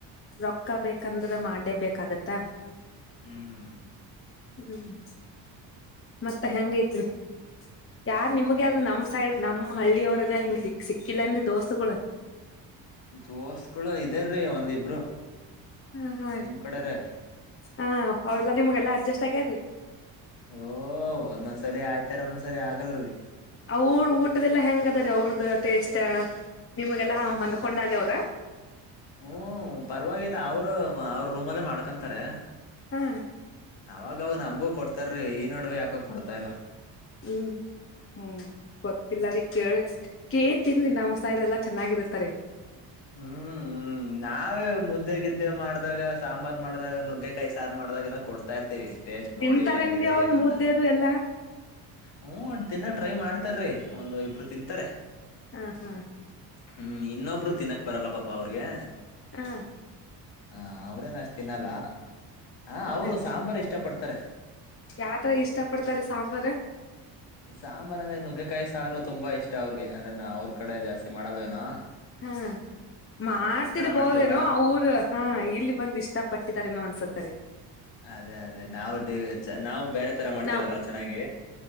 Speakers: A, on the left; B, on the left.
A: ರೊಕ್ಕ ಬೇಕಂದ್ರೆ ಮಾಡ್ಲೆ ಬೇಕಾಗತ್ತ.
B: ಹ್ಮ್.
A: ಹ್ಮ್ ಮತ್ತೆ ಹೆಂಗ ಐತಿ ಯಾರ್ ನಿಮ್ಗೆ
B: ಹ್ಮ್
A: ಯಾರ್ ನಮ ಸೈಡ್. ನಮ ಹಳ್ಳಿಯ ಅವರ ಅದ ಹಿಂಗ ಸಿಕ್ ಸಿಕ್ಕಿಲ್ಲನ್ರಿ ದೋಸ್ತಗಳು.
B: ದೋಸ್ಗಳು ಇದರಿ ಒಂದಿಬ್ರು
A: ಹ ಹಾ
B: ನಿಮ್ ಕಡೆರೇ.
A: ಹಾ ಅವೆಲ್ಲಾ ನಿಮ್ಗೆಲ್ಲಾ ಅಡ್ಜಸ್ಟ್ ಆಗ್ಯಾರಿ.
B: ಓ ಒಂದೊಂದ್ಸರಿ ಆಯ್ತಾರ ಒಂದೊಂದ್ಸರಿ ಆಗಲ್ರಿ.
A: ಅವ್ರ ಊಟದೆಲ್ಲ ಹೆಂಗ ಅದರ ಅವ್ರದ. ಟೆಸ್ಟ್ ನಿಮ್ಗೆಲ್ಲಾ ಹೊಂದ್ಕೊಂಡಾರಿ ಅವ್ರ.
B: ಹ್ಮ ಪರವಾಗಿಲ್ಲ ಅವರು ಅವ್ರ ರೂಮ್ಲ್ಲೇ ಮಾಡ್ಕೊಂತಾರೆ.
A: ಹಾ.
B: ಅವಾಗ ಅವಾಗ ನಮ್ಗೂ ಕೊಡ್ತಾರೀ ಈ ನಡವಿ ಯಾಕ ಕೊಡ್ತಿಲ್ಲ.
A: ಹ್ಮ್ ಹ್ಮ್ ಗೊತ್ತಿಲ್ಲರಿ ಕೇಳಕ್. ಕೆಳ್ ತಿನ್ನಿ ನಮ್ ಸೈಡ್ ಎಲ್ಲಾ ಚೆನ್ನಾಗಿರ್ತ್ತಾರಿ.
B: ಹ್ಮ್ ಹ್ಮ್ ನಾವೇ ಮುದ್ದೆ ಗಿದ್ದೆ ಮಾಡ. ದಾಗ ಸಾಂಬಾರ್ ಮಾಡಿದಾಗ ನುಗ್ಗೆಕಾಯಿ ಸಾರು ಮಾಡಿದಾಗ ಎಲ್ಲ. ಕೊಡ್ತಾ ಇರ್ತೀವಿ ಟೇಸ್ಟ್
A: ತಿಂತಾರೇನ್ರಿ
B: ನೋಡಿ ಹೆಂಗಿದೆ
A: ಅವ್ರು
B: ಏನಂತ.
A: ಮುದ್ದೆ ಅದು ಎಲ್ಲಾ
B: ಹ್ಮ ತಿನ್ನಕ್ ಟ್ರೈ ಮಾಡ್ತಾರ್ರೀ ಒಂದು ಇಬ್ರು ತಿನ್ಂತಾರೆ.
A: ಹಾ ಹಾ.
B: ಹ್ಮ್ ಇನ್ನೊಬ್ರು ತಿನ್ನಕ್ ಬರಲ್ಲ ಪಾಪಾ ಅವ್ರಿಗೆ.
A: ಹಾ.
B: ಹ ಅವ್ರೇನ ಅಷ್ಟು ತಿನ್ನಲ್ಲ ಆ ಅವ್ರು
A: ಹ
B: ಸಾಂಬಾರು ಇಷ್ಟ ಪಡ್ತಾರೆ.
A: ಯಾವತರ ಇಷ್ಟ ಪಡ್ತಾರಿ ಸಾಂಬಾರ್.
B: ಸಾಂಬಾರ್ ಅಂದ್ರೆ ನುಗ್ಗೆಕಾಯಿ ಸಾರು ತುಂಬಾ ಇಷ್ಟ ಅವ್ರಿಗೆ ಅಂದ್ರೆ ನ ಅವ್ರ ಕಡೆ ಜಾಸ್ತಿ ಮಾಡಲ್ವೇನ. <inaudible>
A: ಹಾ ಮಾಡ್ತಿರ್ಬೋದೇನೋ
B: ಮಾಡ್ತೀವಲ್ಲ
A: ಅವರು ಹಾ ಇಲ್ಲಿ ಬಂದ್ ಇಷ್ಟ ಪಟ್ಟಿದಾರೇನೋ ಅನ್ಸತ್ತರಿ.
B: ಅದೇ ಅದೇ ನಾವು ಡೇ ಚೆನ್ನಾ ನಾವು. ಬೇರೆ ತರ ಮಾಡ್ತಿರಲ್ಲ
A: ನಾವ್
B: ಚೆನ್ನಾಗಿ